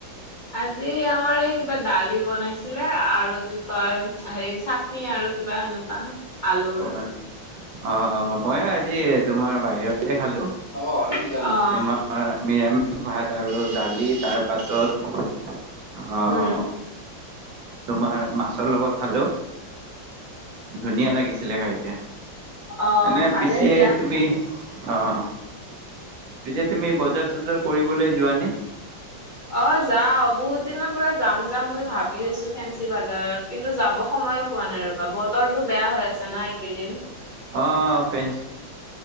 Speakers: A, on the left; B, on the right.
A: আজি আমাৰ এই কিবা দালি বনাইছিলে আৰু কি কয় হেৰি চা তনি আৰু কিবা এনেকুৱা। আলুৰ
B: অ', অ', অ', ময়ো আজি তোমাৰ বাহিৰলে খালো।
A: অ', অৰ্ণেজ দা! অ'।
B: তোমাৰ নিৰামিষ ভাত আৰু দালি। তাৰ পাছত অহ
A: উম
B: তোমাৰ মাছৰ লগত খালো। ধুনীয়া লাগিছিলে খাইকে।
A: অ
B: এনে
A: ভালে
B: পিছে
A: দিয়া
B: তুমি অ', পিছে তুমি বজাৰ-চজাৰ কৰিবলে যোৱানে?
A: অ', যাওঁ বহুত দিনৰ পৰা যাম যাম বুলি ভাবি আছো ফেঞ্চি বাজাৰত। কিন্তু যাব সময়ে পোৱা নাই ৰ'বা। বতৰটো বেয়া হৈ আছে না এককেইদিন।
B: অ', ফেঞ্চ,